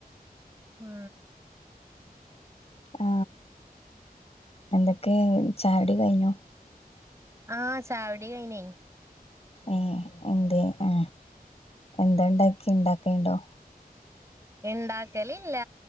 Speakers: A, on the right (about 20°); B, on the left (about 40°).
A: ഉം
B: ആ എന്തൊക്കെ ചായടി കഴിഞ്ഞോ
A: ആ ചായ കുടികഴിഞ്ഞേ
B: ഏ എന്തേ ആ എന്താണ്ടാക്കിയേ ഇണ്ടാക്കേണ്ടോ
A: ഇണ്ടാക്കല് ഇല്ല